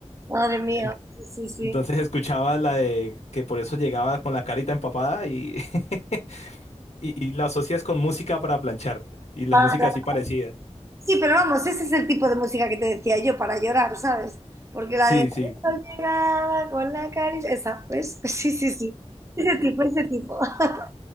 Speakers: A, on the right; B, on the left.
A: madre mía.
B: En-
A: Sí, sí, sí.
B: Entonces escuchaba la de que por eso llegaba con la carita empapada y... <laughs> Y, y la asocias con música para planchar. Y la
A: Para-
B: música así parecida.
A: Sí, pero vamos, ese es el tipo de música que te decía yo para llorar, ¿sabes? Porque la
B: Sí,
A: de "Cuando
B: sí.
A: llegaba con la caricia, esa, ¿ves? <laughs> Sí, sí, sí. Ese tipo, ese tipo. <laughs>